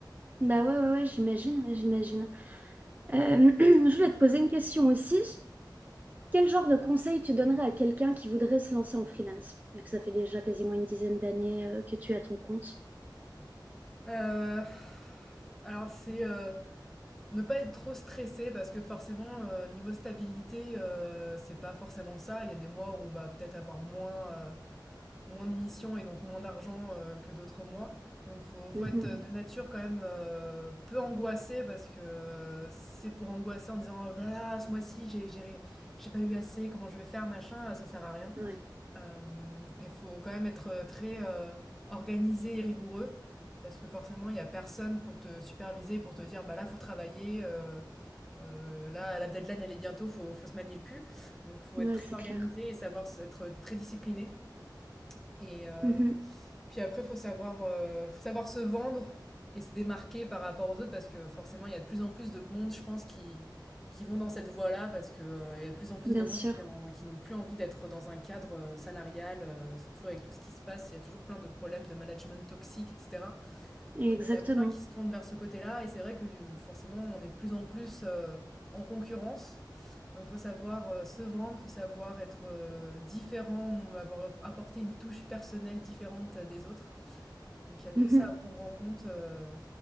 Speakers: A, on the right (about 20°); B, in the centre.
A: Bah ouais, ouais, ouais, j'imagine, j'imagine. Euh, <clears throat> je voulais te poser une question aussi. Quel genre de conseil tu donnerais à quelqu'un qui voudrait se lancer en freelance, vu que ça fait déjà quasiment une dizaine d'années euh, que tu es à ton compte?
B: Euh, Alors, c'est euh, ne pas être trop stressé parce que forcément, euh, niveau stabilité, euh, c'est pas forcément ça. Il y a des mois où on va peut-être avoir moins. euh, moins de missions et donc moins d'argent euh, que d'autres mois. Donc faut, faut
A: Mhm.
B: être euh, de nature quand même euh, peu angoissé parce que euh, si c'est pour angoisser en disant Oh là ce mois-ci j'ai j'ai j'ai pas eu assez, comment je vais faire, machin, euh, ça sert à rien.
A: Ouais,
B: Euh, Il faut quand même être euh, très euh, organisé et rigoureux parce que forcément il y a personne pour te superviser, pour te dire bah là faut travailler, euh, euh, là la deadline elle est bientôt, faut, faut se manier le cul. Donc faut
A: ouais,
B: être très
A: c'est
B: organisé
A: clair.
B: et savoir s- être très discipliné. Et, euh,
A: Mhm.
B: puis après, faut savoir, euh, faut savoir se vendre et se démarquer par rapport aux autres parce que forcément, il y a de plus en plus de monde, je pense, qui, qui vont dans cette voie-là parce que, euh, il y a de plus en plus
A: Bien
B: de monde
A: sûr,
B: qui, en- qui n'ont plus envie d'être dans un cadre euh, salarial, euh, surtout avec tout ce qui se passe. Il y a toujours plein de problèmes de management toxique, etc.
A: exactement.
B: Donc, il y en a plein qui se tournent vers ce côté-là et c'est vrai que euh, forcément, on est de plus en plus euh, en concurrence. Donc, faut savoir euh, se vendre, faut savoir être euh, différent, avoir apporté une touche personnelle différente des autres. Donc il y a tout
A: Mhm.
B: ça à prendre en compte. euh,